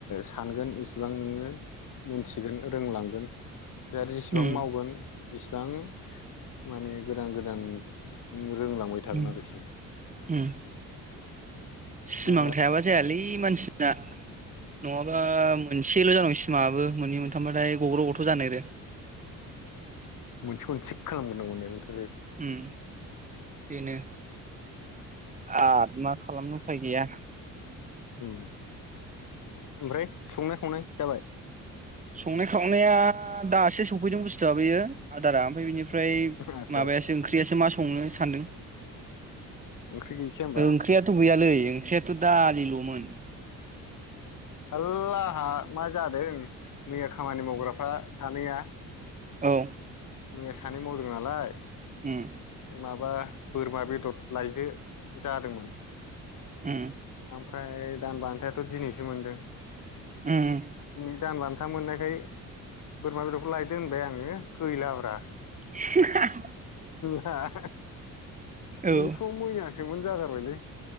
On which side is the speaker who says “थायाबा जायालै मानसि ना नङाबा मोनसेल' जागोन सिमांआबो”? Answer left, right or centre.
Right